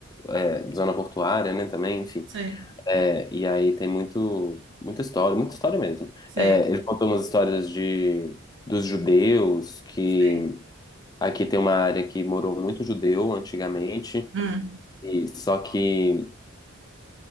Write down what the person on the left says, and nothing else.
é zona portuária, né? Também, enfim.
É, e aí tem muito, muita história, muita história mesmo.
É, ele contou umas histórias de, dos judeus, que
aqui tem uma área que morou muito judeu antigamente,
e só que